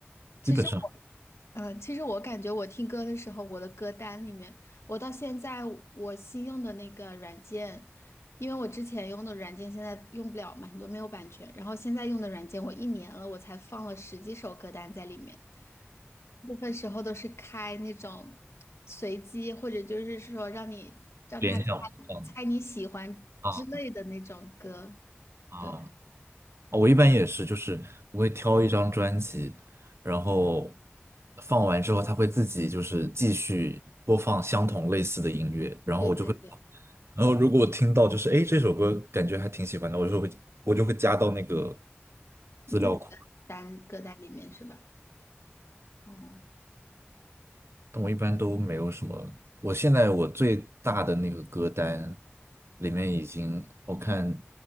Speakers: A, on the left (about 75°); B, on the right (about 70°).
A: 其实我，
B: 基本上
A: 嗯、其实我感觉我听歌的时候，我的歌单里面，我到现在我新用的那个软件，因为我之前用的软件现在用不了嘛，很多没有版权，然后现在用的软件，我一年了，我才放了十几首歌单在里面，部分时候都是开那种随机，或者就是说让你让他猜
B: 联想不上
A: 猜你喜欢之类的那种歌，
B: 啊啊！
A: 对，
B: 啊我一般也是，就是我会挑一张专辑，然后放完之后，它会自己就是继续播放相同类似的音乐，然后我就会，
A: 对对对，
B: 然后如果我听到就是哎这首歌感觉还挺喜欢的，我就会我就会加到那个。
A: 你自己的单歌单里面是吧？
B: 资料库。
A: 哦。
B: 但我一般都没有什么。我现在我最大的那个歌单里面已经，我看